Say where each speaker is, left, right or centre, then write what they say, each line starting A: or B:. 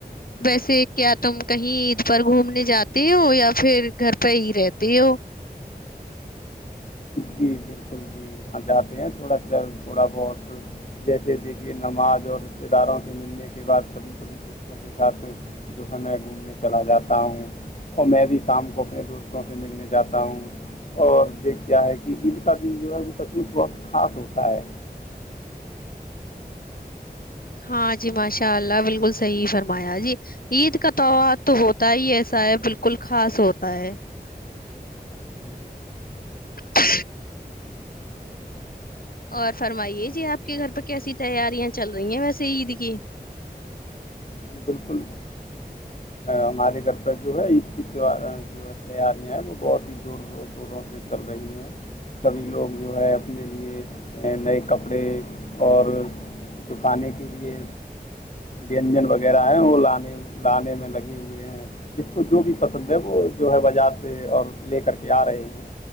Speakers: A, on the left; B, on the left.
A: ویسے کیا تم کہیں عید پر گھومنے جاتے ہو یا پھر گھر پہ ہی رہتے ہو
B: جی بالکل جی ہاں جاتے ہیں تھوڑا چ تھوڑا بہت جیسے دیکھیے نماز اور رشتے داروں سے ملنے کے بعد کبھی کبھی دوستوں کے ساتھ جو ہے میں گھومنے چلا جاتا ہوں اور میں بھی شام کو اپنے دوستوں سے ملنے جاتا ہوں اور دیکھ کیا ہے کہ عید کا دن جو ہے وہ سچمچ وقت خاص ہوتا ہے
A: ہاں جی ماشاء اللہ بالکل صحیح فرمایا جی عید کا تہوار تو ہوتا ہی ایسا ہے بالکل خاص ہوتا ہے
B: جی
A: ہ اور فرمائیے جی آپ کے گھر پہ کیسی تیاریاں چل رہی ہیں ویسے عید کی
B: جی بالکل ہمارے گھر پہ جو ہے عید کیو جو ہے تیاریاں ہیں وہ بہت ہی زور شوروں سے چل رہی ہیں سبھی لوگ جو ہے اپنے لیے نئے کپڑے اور چکانے کے لیے وجن وغیرہ وغیرہ ہے وہے لانے میں لگے ہوئے ہیں جس کو جو بھی پسند ہے وہ جو ہے بازار سے اور لے کر کے آ رہے ہیں